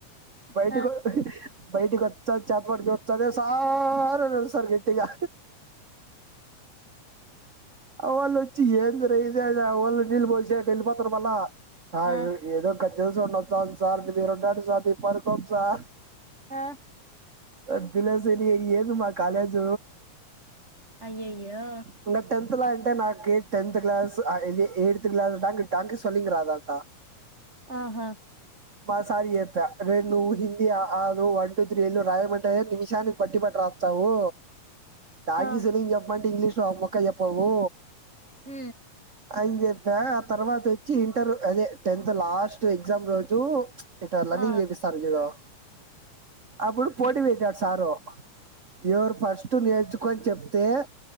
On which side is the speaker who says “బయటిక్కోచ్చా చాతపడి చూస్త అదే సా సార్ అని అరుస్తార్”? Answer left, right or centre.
Right